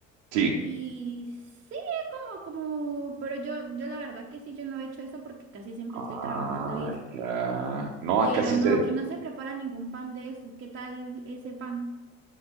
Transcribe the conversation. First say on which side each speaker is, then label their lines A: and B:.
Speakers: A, on the right; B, on the right.
A: Sí.
B: y sí, como, como, pero yo, yo la verdad que sí, yo no he hecho eso porque casi siempre
A: Ah,
B: estoy trabajando y eso,
A: ya. No,
B: pero
A: acá sí
B: no,
A: se,
B: aquí no se prepara ningún pan de eso, ¿qué tal ese pan?